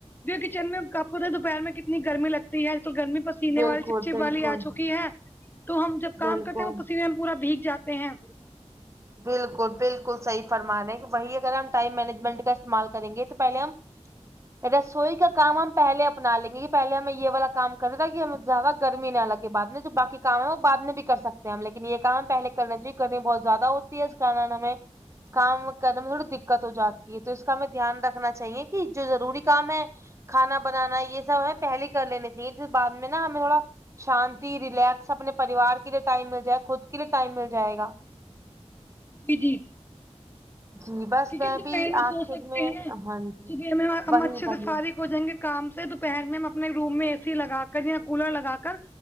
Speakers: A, on the left; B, on the right.
A: کچن میں آپ کو دوپہر میں کتنی گرمی لگ ہےتو گرمی پسینے
B: بالکل
A: والی چپ چپ
B: بالکل
A: والی آ چکی ہے تو ہم جب کام
B: بالکل
A: کرتے ہیں وہ پسینے پورا بھیگ جاتے ہیں
B: بلکل بلکل صحیح فرمارہی وہی اگر ہم ٹائم مینجمنٹ کا استعمال کریں گے تو پہلے ہم رسوئی کا کام ہم پہلے اپنا لیں گے کہ پہلے ہمیں یہ والا کام کرنا تھا کہ ہم زیادہ گرمی نہ لگے بعد میں جو باقی کام ہے وہ بعد میں بھی کر سکتے ہم لیکن یہ کام پہلے کرنا چاہیے گرمی بہت زیادہ ہوتی ہے اس کارن ہمیں کام کرنے میں تھوڑی دقت ہو جاتی ہے تو اس کا ہمیں دھیان رکھنا چاہیے کہ جو ضروری کام ہے کھانا بنانا یہ سب ہمیں پہلے کر لینے چاہیے پھر بعد میں نا ہمیں تھوڑا شانتی ریلیکس اپنے پریوار کے لیے ٹائم مل جائے خود کے لیے ٹائم مل جائے گا
A: ج جی
B: جی بس
A: کیونیکہ ہم تو
B: بھی
A: پیر میں
B: آخر
A: سو سکتے
B: میں
A: ہیں نا
B: ہاں جی
A: صبح ہم
B: وہی
A: اچھے
B: وہی
A: سے فارغ ہو جائیں گے کام سے دوپہر میں ہم اپنے روم میں اے سی لگا کر یا کولر لگا کر